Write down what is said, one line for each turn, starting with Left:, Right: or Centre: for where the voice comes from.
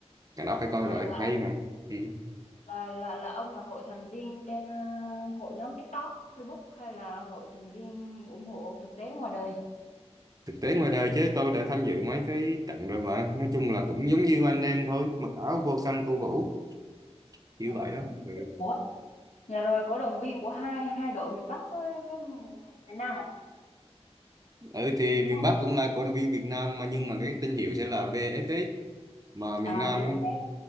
Right: cả đó phải coi
Left: à,
Right: rồi hay mà ừ.
Left: là là là ông là hội thành viên trên ờ, hội nhóm TikTok, Facebook hay là hội thành viên ủng hộ thực tế ngoài đời?
Right: thực tế ngoài đời chứ tôi đã tham dự mấy cái trận rồi mà nói chung là cũng giống như anh em thôi mặc áo vô xanh tô vũ như
Left: Ờ,
Right: vậy đó ừ.
Left: ủa, nhà rồi cổ động viên của hai hai đội miền Bắc với với miền miền Nam à?
Right: ừ thì
Left: Đúng
Right: miền
Left: không?
Right: Bắc cũng là cổ động viên Việt Nam mà nhưng mà cái tên hiệu sẽ là VFS mà miền
Left: À
Right: Nam
Left: VFF.